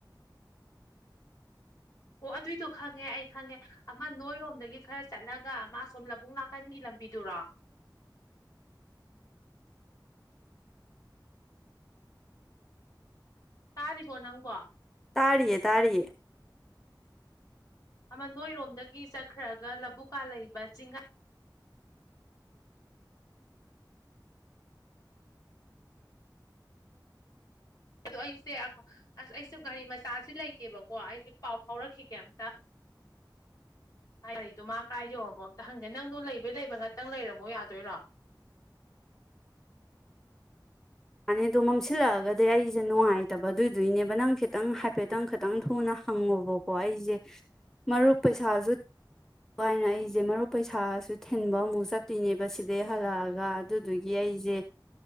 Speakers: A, on the left; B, in the centre.
A: ꯑꯣ ꯑꯗꯨꯏꯗꯣ ꯈꯪꯉꯦ ꯑꯩ ꯈꯪꯉꯦ ꯑꯃ ꯅꯣꯏꯔꯣꯝꯗꯒꯤ ꯈꯔ ꯆꯠꯂꯒ ꯃꯥ ꯁꯣꯝ ꯂꯕꯨꯛ ꯅꯥꯀꯟꯒꯤ ꯂꯝꯕꯤꯗꯨꯔꯣ ꯇꯥꯔꯤꯕꯣ ꯅꯪꯕꯣ
B: ꯇꯥꯔꯤꯌꯦ ꯇꯥꯔꯦ
A: ꯑꯃ ꯅꯣꯏꯔꯣꯝꯗꯒꯤ ꯆꯠꯈ꯭ꯔꯒ ꯂꯕꯨꯛꯀꯥ ꯂꯩꯕ ꯆꯤꯡꯒꯥꯏ ꯑꯗꯣ ꯑꯩꯁꯦ ꯑꯁ ꯑꯩꯁꯨ ꯒꯥꯔꯤ ꯃꯆꯥꯁꯤ ꯂꯩꯇꯦꯕꯀꯣ ꯑꯩꯁꯦ ꯄꯥꯎ ꯐꯥꯎꯔꯛꯈꯤꯒꯦ ꯑꯝꯇ ꯒꯥꯔꯤꯗꯣ ꯃꯥ ꯀꯥꯏꯗꯣꯕꯣ ꯍꯪꯒꯦ ꯅꯪꯗꯣ ꯂꯩꯕꯩ ꯂꯩꯕ ꯉꯥꯛꯇꯪ ꯂꯩꯔꯝꯃꯣ ꯌꯥꯗꯣꯏꯔꯣ
B: ꯌꯥꯅꯤ ꯑꯗꯣ ꯃꯝꯁꯤꯜꯂꯛꯑꯒꯗꯤ ꯑꯩꯁꯦ ꯅꯨꯡꯉꯥꯏꯇꯕ ꯑꯗꯨꯏꯗꯣꯏꯅꯦꯕ ꯅꯪ ꯈꯤꯇꯪ ꯍꯥꯏꯐꯦꯠꯇꯪ ꯈꯤꯇꯪ ꯊꯨꯅ ꯍꯪꯉꯨꯕꯀꯣ ꯑꯩꯁꯦ ꯃꯔꯨꯞ ꯄꯩꯁꯥꯁꯨ ꯑꯗꯨꯥꯏꯅ ꯑꯩꯁꯦ ꯃꯔꯨꯞ ꯄꯩꯁꯥꯁꯨ ꯊꯤꯟꯕ ꯑꯃꯨꯛ ꯆꯠꯇꯣꯏꯅꯦꯕ ꯁꯤꯗꯩ ꯍꯜꯂꯛꯑꯒ ꯑꯗꯨꯗꯨꯒꯤ ꯑꯩꯁꯦ